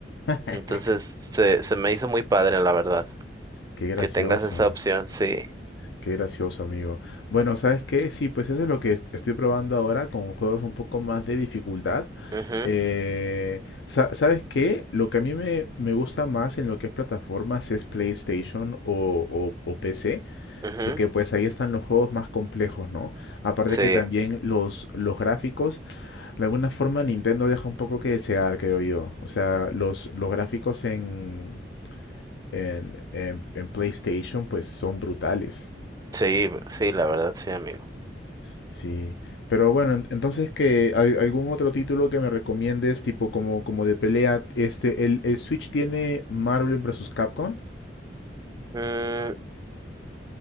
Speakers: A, on the left; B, on the right.
A: <laughs>
B: Entonces se, se me hizo muy padre, la verdad,
A: Qué gracioso.
B: que tengas esa opción, sí.
A: Qué gracioso, amigo. Bueno, ¿sabes qué? Sí, pues eso es lo que est- estoy probando ahora con juegos un poco más de dificultad.
B: Ujú,
A: Eh, sa- ¿sabes qué? Lo que a mí me, me gusta más en lo que es plataformas es PlayStation o, o- o PC,
B: ujú,
A: porque pues ahí están los juegos más complejos, ¿no? Aparte
B: Sí,
A: que también los, los gráficos, de alguna forma Nintendo deja un poco que desear, creo yo. O sea, los, los gráficos en, en, en en PlayStation pues son brutales.
B: sí, sí, la verdad, sí, amigo.
A: Sí, pero bueno, ent- entonces que al- algún otro título que me recomiendes, tipo como, como de pelea, este, el, el Switch tiene Marvel versus Capcom.
B: Mm,